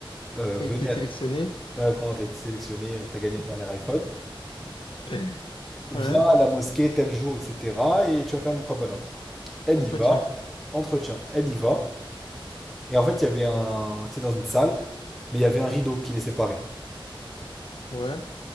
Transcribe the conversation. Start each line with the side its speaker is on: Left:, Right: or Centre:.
Centre: Euh,
Left: Ça
Centre: venez,
Left: a été sélectionné.
Centre: à... euh, vraiment, t'as été sélectionné, euh, t'as gagné le dernier iPhone.
Left: <laughs>
Centre: Viens
Left: Ouais.
Centre: à la mosquée tel jour, etc. Et tu vas faire le mukhabara. Elle
Left: Entretien.
Centre: y va, entretien, elle y va. Et en fait, il y avait un. C'était dans une salle, mais il y avait un rideau qui les séparait.
Left: Ouais.